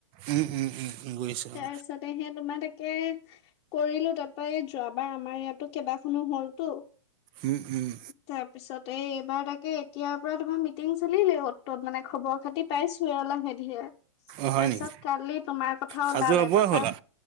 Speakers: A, on the right; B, on the left.
A: উম উম উম বুজিছো
B: তাৰপিছতে
A: অ
B: সে তোমাৰ- তে কৰিলো তাৰপৰা যোৱাবাৰ আমাৰ ইয়াতো- কেইবাখনো হলতো।
A: উম উম
B: তাৰ পিছত এই তাকে এতিয়াৰ পৰা তোমাৰ মিটিং চলিলেই হ'ল। তো মানে খবৰ খাতি পাইছোহে অ লাহে ধিৰে।
A: অ হয়
B: তাৰপিছত
A: নেকি
B: কালি তোমাৰ কথা
A: সাজু
B: ওলালে
A: হবই
B: তাৰপৰা-
A: হ'ল আও